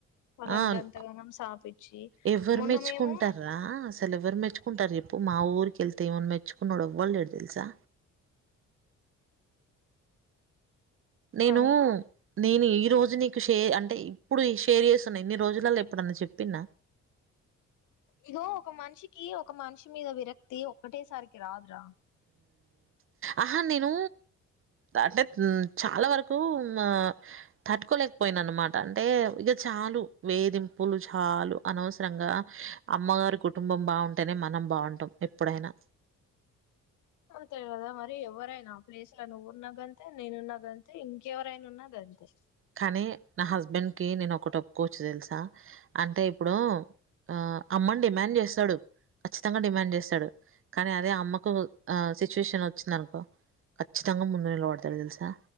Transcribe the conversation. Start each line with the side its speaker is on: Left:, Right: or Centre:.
Left: వాళ్ళని
Right: ఆ. అన్
Left: గంతగానం సాపిచ్చి
Right: ఎవరు
Left: మొన్న
Right: మెచ్చుకుంటారా
Left: మేము
Right: అసలు ఎవర్ మెచ్చుకుం. కుంటారు చెప్పు మా ఊరిక వెళ్తే ఇమన మెచ్చుకున్నాడు ఎవ్వలేలేడు తెలుసా. నేను
Left: కానీ
Right: నేన. ఈ రోజు నీకు షే అంటే ఇప్పుడు షేర్ చేస్తున్నా ఇన్ని రోజులలో ఎప్పుడన్నా చెప్పిన.
Left: ఇగో ఒక మనిషికి ఒక మనిషి మీద విరక్తి ఒక్కటేసారికి రాదురా.
Right: అహా నేను. అంటే చాలా వరకు మా తట్టుకోలేకపోయిన అనమాట అంటే ఇంక. చాలు వేధింపులు చాలు అనవసరంగా అమ్మగారి కుటుంబం బాగుంటేనే మనం. బాగుంటాం ఎప్పుడైనా.
Left: అంతే కదా మరి ఎవరైనా అ ప్లేస్ లో నువ్వున్నాగంతే నేనున్నగాంతే ఇంకెవరైనా ఉన్న గంతే.
Right: కానీ నా హస్బెండ్ కి నేను ఒకటప్పుకోవచ్చి తెలుసా అంటే ఇప్పుడు ఆ అమ్మని డిమాండ్ చేస్తాడు ఖచ్చితంగా డిమాండ్ చేస్తాడు కానీ అదే అమ్మకు ఆ సిచ్యుయేషన్ వచ్చింది అనుకో ఖచ్చితంగా ముందు నిలబడతారు తెలుసా